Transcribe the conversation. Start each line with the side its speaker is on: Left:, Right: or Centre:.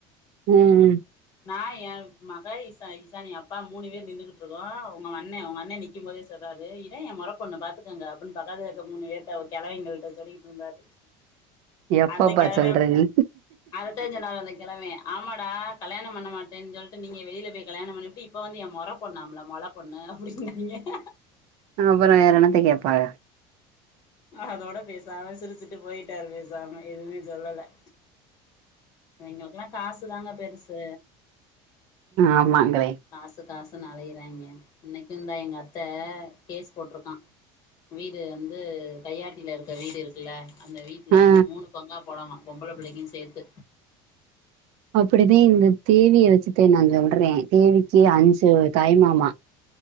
Right: ம்
Left: நா என் மக இசா இசானி அப்பா மூணு பேர் நின்னுகிட்டு இருக்கோ உங்க அண்ணே உங்க அண்ண நிக்கும்போ இதே சொல்றாரு இதேயென் மொற பொண்ணு பாத்துக்கங்க அப்டின்னு பக்கத்துல இருக்க மூணு பேர்ட்ட கெழவிங்களிட்ட சொல்லிட்டு இருந்தாரு
Right: எப்பப்பா
Left: அந்த கிழவன்
Right: சொல்ற நீ
Left: அததன் சொன்னாவுங்க அந்த கிழவன் ஆமாடா கல்யாணம் பண்ண மாட்டேன்னு சொல்ட்டு நீங்க வெளியில போய் கல்யாணம் பண்ணிப்புட்டு இப்ப வந்து என் மொர பொண்ணாம்ல மொல பொண்ணு அப்டிங்கிறாங்க <inaudible>
Right: அப்றோ வேற என்னத்த கேட்பாக
Left: அதோட பேசாம சிரிச்சிட்டு போயிட்டாரு பேசாம எதுமே சொல்லல அவிங்களுக்கெல்லா காசுதாங்க பெருசு
Right: ஆமாங்களே
Left: காசு காசுனு அலையறாங்க இன்னைக்குந்தா எங்க அத்த கேஸ் போட்டிருக்கா வீடு வந்து கையாட்டில இருக்க வீடு இருக்குல்ல அந்த வீட்ல
Right: ஆ
Left: வந்து மூணு பங்கா போடலா பொம்பள புள்ளைக்கு சேத்து
Right: அப்டிதே இந்த தேவியை வெச்சுதே நான் சொல்றேன் தேவிக்கு அஞ்சு தாய் மாமா